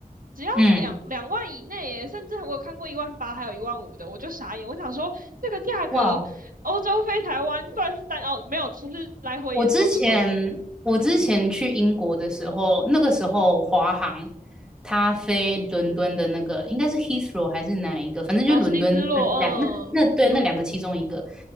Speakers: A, on the right; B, in the centre.
A: 只要两两万以内耶，
B: 嗯，
A: 甚至我有看过一万八，还有一万五的，我就傻眼。我想说，这个价格，
B: 哇，
A: 欧洲飞台湾算是单哦，没有，其实来回也差不多。
B: 我之前我之前去英国的时候，那个时候华航
A: 嗯，
B: 它飞伦敦的那个应该是 Heathrow 还是哪一个，反正就伦敦的两那那对那两个其中一个，
A: 然后西之洛，嗯，